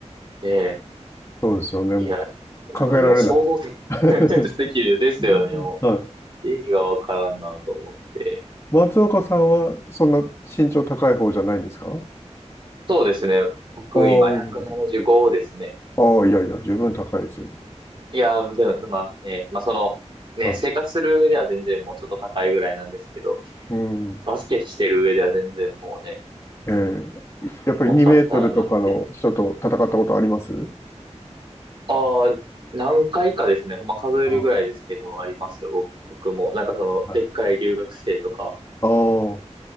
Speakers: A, on the right (about 45°); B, on the left (about 25°).
A: ね
B: そうですよね。もう
A: え、いや、
B: 考えられない。
A: なんかもう想像で
B: <laughs>
A: <laughs> できるですよね、も
B: はい。
A: う。意味がわからんなと思って。
B: 松岡さんはそんな身長高い方じゃないんですかあ
A: そうですね。僕今175ですね。
B: あ、ああ、いやいや、十分高いですよ。
A: いやー、でも、まあね、まあその、ね、
B: は
A: 生活する上では全然もうちょっと高いぐらいなんですけど、
B: い。うん。
A: バスケしてる上では全然もうね、
B: えーやっぱり2メートルとかの人と戦ったことあります
A: もっとあったらなって。ああ、何回かですね、ほんま数えるぐらいですけど、
B: ああ、
A: ありますよ、僕僕も。なんかその、
B: はい。
A: でっかい留学生とか。
B: ああ、